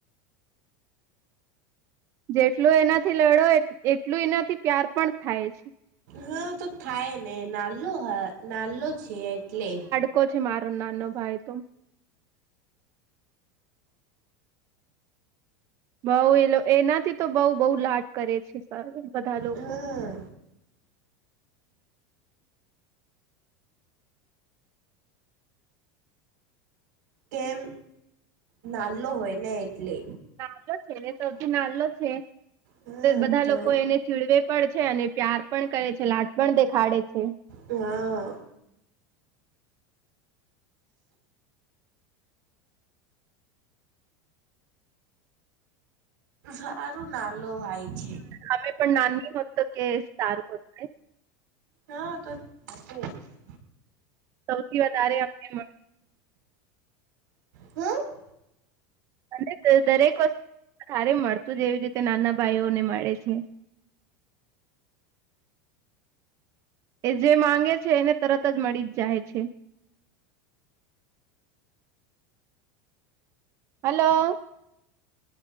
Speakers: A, on the right (about 30°); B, on the right (about 85°).
A: જેટલું એનાથી લડો એટલું એનાથી પ્યાર પણ થાય છે.
B: ના તો થાય ને નાલો હ નાલો છે એટલે.
A: કો છે મારો નાનો ભાઈ તો. બઉ એટ એનાથી તો બઉ બવ લાટ કરે છે સર બધા લોકો.
B: હા કેમ? નાલો હોય ને એટલે.
A: નાલો છે ને તો સૌથી નાલો છે
B: હા
A: બધા
B: તો
A: લોકો એને ચીડવે પણ છે અને પ્યાર પણ કરે છે, લાટ પણ દેખાડે છે.
B: હા. સારું નાલો ભાઈ છે.
A: અમે પણ નાની હત કે સારું હત.
B: હા તો <unintelligible>
A: સૌથી વધારે અમને
B: <unintelligible>
A: <inaudible> દરેક વસ્ ધારે મળતું જ એવી રીતે નાના ભાઈઓ ને મળે છે. એ જે માંગે છે એને તરત જ મળી જ જાય છે. હાલો.